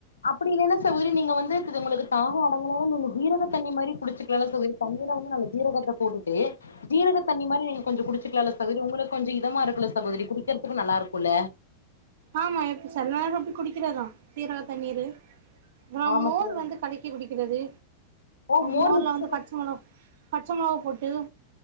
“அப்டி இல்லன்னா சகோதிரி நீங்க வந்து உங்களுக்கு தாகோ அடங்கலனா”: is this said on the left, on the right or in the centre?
Left